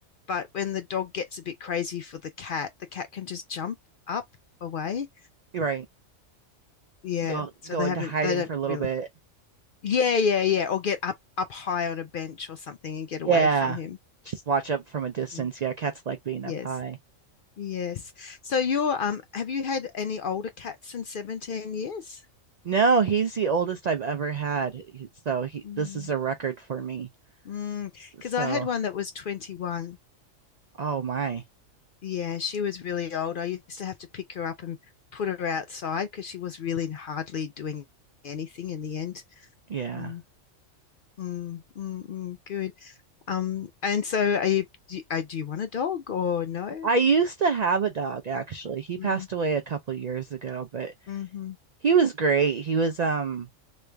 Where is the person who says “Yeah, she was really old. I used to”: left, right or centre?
Left